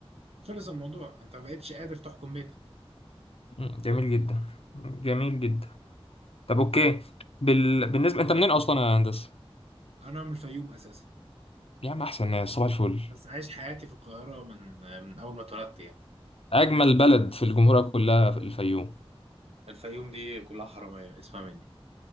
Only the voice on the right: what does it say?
خلص الموضوع انت ما بقتش قادر تحكم بيتك
انا من الفيوم اساسا
بس عايش حياتي في القاهره من آه، من اول ما اتولدت يعني
الفيوم دي كلها حراميه اسمها مني